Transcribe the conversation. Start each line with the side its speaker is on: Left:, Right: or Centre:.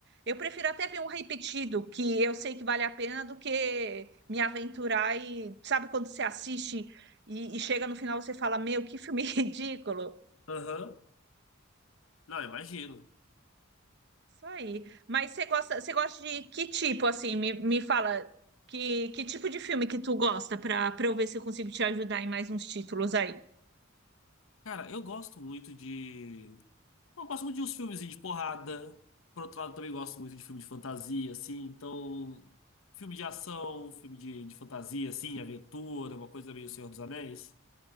Right: eu prefiro até ver um repetido, que eu sei que vale a pena, do que me aventurar e. Sabe quando você assiste e, e chega no final você fala: Meu, que filme <laughs> ridículo!
Left: aham. Não, imagino.
Right: Isso aí. Mas você gosta, você gosta de que tipo, assim? Me, me fala que, que tipo de filme que tu gosta para para eu ver se eu consigo te ajudar em mais uns títulos aí.
Left: Cara, eu gosto muito de. Eu gosto muito de uns filmezinhos de porrada. Por outro lado, também gosto muito de filme de fantasia, assim. Então, filme de ação, filme de, de fantasia, assim, aventura, uma coisa meio Senhor dos Anéis.